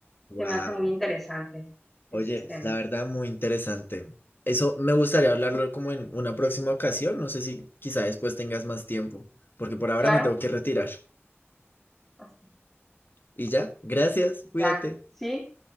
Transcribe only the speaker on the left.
Wow.
Oye,
la verdad muy interesante. Eso me gustaría hablarlo como en una próxima ocasión. No sé si quizá después tengas más tiempo, porque por ahora
me tengo que retirar.
Y ya, gracias, cuídate.